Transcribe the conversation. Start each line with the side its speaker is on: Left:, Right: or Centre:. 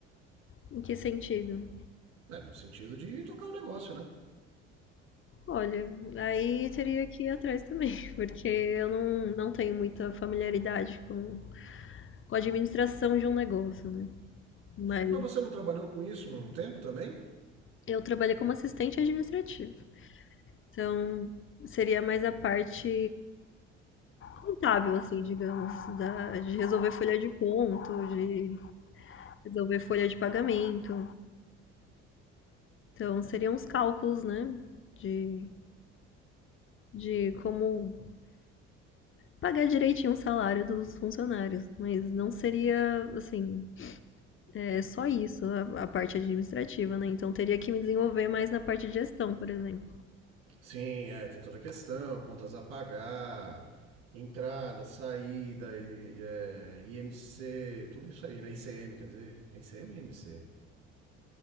Left: Em que sentido?
Right: É, no sentido de tocar o negócio, né?
Left: Olha, aí teria que ir atrás também, <laughs> porque eu não, não tenho muita familiaridade com, com a administração de um negócio, né? Mas
Right: Mas você não trabalhou com isso um tempo também?
Left: eu trabalhei como assistente administrativo. Então, seria mais a parte contábil, assim, digamos, da, de resolver folha de ponto, de resolver folha de pagamento. Então, seriam os cálculos, né? De, de como pagar direitinho o salário dos funcionários, mas não seria assim É só isso, a, a parte administrativa, né? Então teria que me desenvolver mais na parte de gestão, por exemplo.
Right: Sim, é, tem toda a questão, contas a pagar, entrada, saída, I- é, IMC, tudo isso aí, né? ICM, quer dizer, é ICM e IMC.